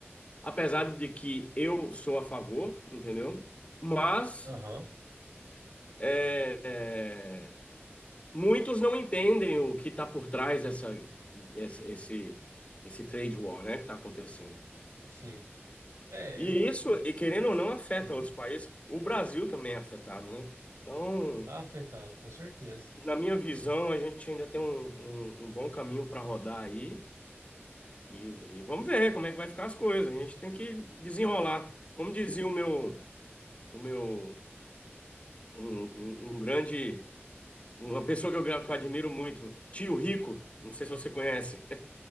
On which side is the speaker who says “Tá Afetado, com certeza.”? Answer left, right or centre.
Right